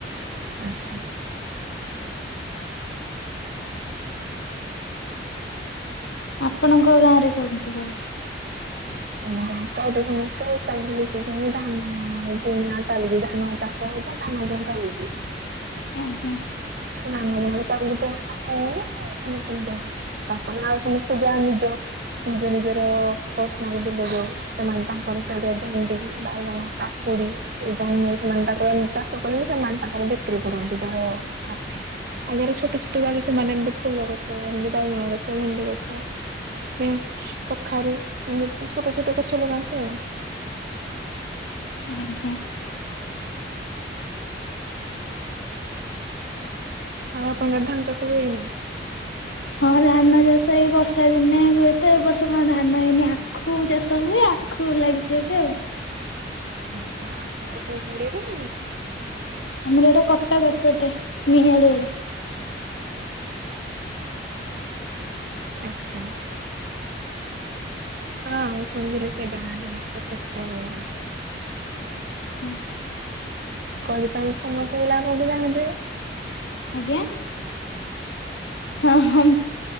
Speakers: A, on the right (about 55°); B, on the left (about 85°).
A: ଆଚ୍ଛା।
B: ଆପଣଙ୍କ ଗାଁରେ କେମତି ସବୁ?
A: <inaudible> କଇବେ ସମସ୍ତେ <unintelligible> ମିଶିଚନ୍ତି ଧାନ ପୁରୁଣା ଚାଲ୍ ଗୁ ଧାନ ଚାଷ। ଏବଂ କାମ ପୁରା ଚାଲୁଚି।
B: ଆଜ୍ଞା।
A: ଧାନତ ଚାରି ବର୍ଷା ହେଲା ଧାନକୁଦେ ତାପରେ ଆଉ ସମସ୍ତେ ଯାହା ନିଜ ନିଜ ନିଜର ପର୍ସନାଲ ସେ ଲଗେଇବେ, ତାଙ୍କର ସହି ଭେଣ୍ଡି ବାଇଗଣ, କାକୁ କୁଡି ଏ ଯଉ ସେମାନେ ତାଙ୍କର ନି ଚାଷ କରିବେ, ସେମାନେ ତାଙ୍କର ବିକ୍ରି କରନ୍ତି ତହାର କଥା। ଆଉ ଯାର ଛୋଟ ଛୋଟ ବାଡି ସେମାନେ ଏମିତି ଫୁଲ ଗଛ ଏମିତି ବାଇଗଣ ଗଛ ଭେଣ୍ଡି ଗଛ ହୁଁ କଖାରୁ ଛୋଟ ଛୋଟ ଗଛ ଲଗାନ୍ତି ଆଉ। <inaudible>
B: ଆଜ୍ଞା।
A: <inaudible> ଆଉ ଆପଣଙ୍କର ଧାନ ଚାଷ ହୁଏନାହିଁ?
B: ହଁ ଧାନଚାଷ ଏଇ ବର୍ଷା ଦିନେ ହୁଏତ, ଏ ବର୍ଷ କଣ ଧାନ ହେଇନି ଆଖୁ ଚାଷ ହୁଏ ଆଖୁ ଫୁଲ ଲାଗିଚି ଏବେ ଆଉ।
A: ଆଛା ଆପଣଙ୍କର କୋଉ ସାଇଡ ଆଡ଼େ କି?
B: ଆମର ଏଇଟା କଟକ ଏପଟେ ନିଆଳି ଆଡେ।
A: ଆଚ୍ଛା। ହଁ ମୁଁ ଶୁଣିଥିଲି ସେଇ ଗାଁରେ <unintelligible> ଥିଲା।
B: ଆଜ୍ଞା।
A: କରିପାରିବ ସମସ୍ତେ ହେଲା ଆପଣତ ଜାଣିଥିବେ।
B: ଆଜ୍ଞା? ହଁ ହ।